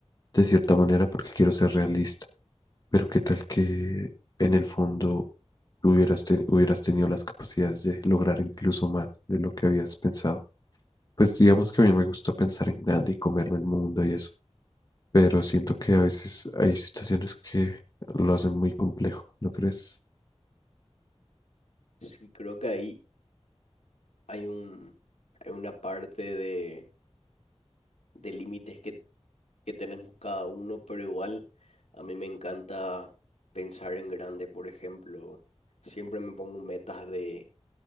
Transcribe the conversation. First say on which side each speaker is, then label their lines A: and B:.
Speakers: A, on the left; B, on the left.
A: de cierta manera porque quiero ser realista? Pero qué tal que en el fondo hubieras, te- hubieras tenido las capacidades de lograr incluso más de lo que habías pensado. Pues digamos que a mí me gusta pensar en grande y comerme el mundo y eso, pero siento que a veces hay situaciones que lo hacen muy complejo, ¿no crees?
B: Sí, creo que ahí hay un, hay una parte de, de límites que, que tenemos cada uno, pero igual a mí me encanta pensar en grande, por ejemplo. Siempre me pongo metas de,